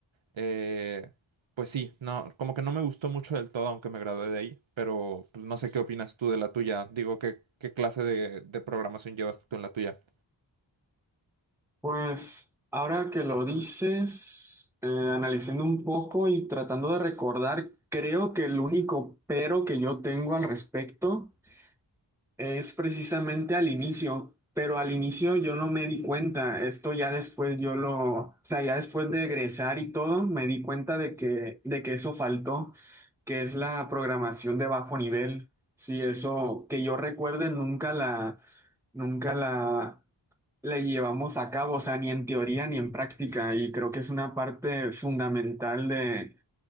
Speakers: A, on the right; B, in the centre.
A: Eh, pues sí, no, como que no me gustó mucho del todo, aunque me gradué de ahí, pero pues, no sé qué opinas tú de la tuya. Digo, ¿qué, qué clase de, de programación llevas tú en la tuya?
B: Pues ahora que lo dices, eh, analizando un poco y tratando de recordar, creo que el único pero que yo tengo al respecto es precisamente al inicio, pero al inicio yo no me di cuenta, esto ya después yo lo, o sea, ya después de egresar y todo, me di cuenta de que, de que eso faltó, que es la programación de bajo nivel. Sí, eso que yo recuerde nunca la... Nunca la, la llevamos a cabo, o sea, ni en teoría ni en práctica, y creo que es una parte fundamental de,